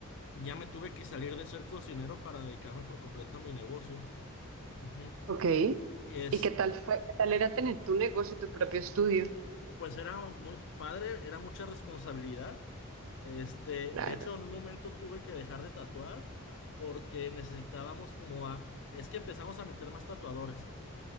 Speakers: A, on the left (about 55°); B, on the right (about 65°).
A: ya me tuve que salir de ser cocinero para dedicarme por completo a mi negocio. Ujú.
B: Ok.
A: Es,
B: ¿Y qué tal fue? ¿Qué tal era tener tu negocio, tu propio estudio?
A: pues era muy padre, era mucha responsabilidad. Este,
B: Claro.
A: de hecho, en un momento tuve que dejar de tatuar porque necesitábamos como a, es que empezamos a meter más tatuadores.